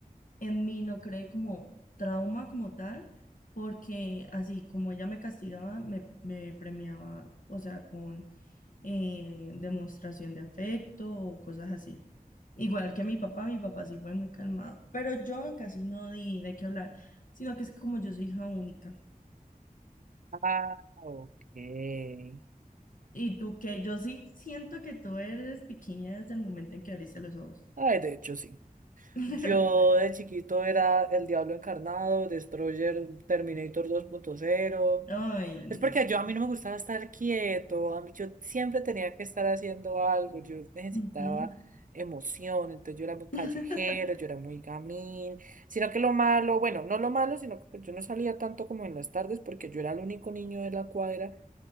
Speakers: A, on the left; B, on the right.
A: en mí no creé como trauma como tal, porque así como ella me castigaba, me, me premiaba, o sea, con eh, demostración de afecto o cosas así. Igual que mi papá, mi papá sí fue muy calmado, pero yo casi no di de qué hablar, sino que es que como yo soy hija única.
B: Ah, ok. Ay,
A: Y tú que yo sí siento que tú eres pequeña desde el momento en que abriste los ojos.
B: de hecho, sí.
A: <laughs>
B: Yo de chiquito era el Diablo Encarnado, Destroyer, Terminator dos punto cero
A: Ay,
B: Es porque
A: no.
B: yo a mí no me gustaba estar quieto, a mí yo siempre tenía que estar haciendo algo, yo necesitaba
A: Ujú.
B: emoción, entonces yo era muy
A: <laughs>
B: callejero, yo era muy gamín, sino que lo malo, bueno, no lo malo, sino que pues yo no salía tanto como en las tardes porque yo era el único niño de la cuadra